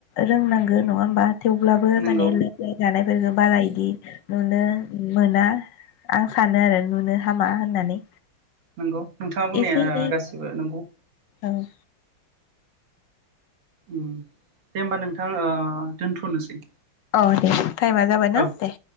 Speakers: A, on the left; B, on the right.
A: रोंनांगो नङा होमबा थेवब्लाबो
B: नंगौ
A: माने लोंनाय जानायफोरफोरखौ बारा इदि नुनो उम मोना आ सानो आरो नुनो हामा होननानै।
B: नंगौ नोंथाङा बुंनाया
A: एसे एनै
B: गासिबो नंगौ
A: औ
B: उम दे होमबा नोंथां दोनथनोसै
A: अ दे टाइमा जाबाय ना
B: औ
A: दे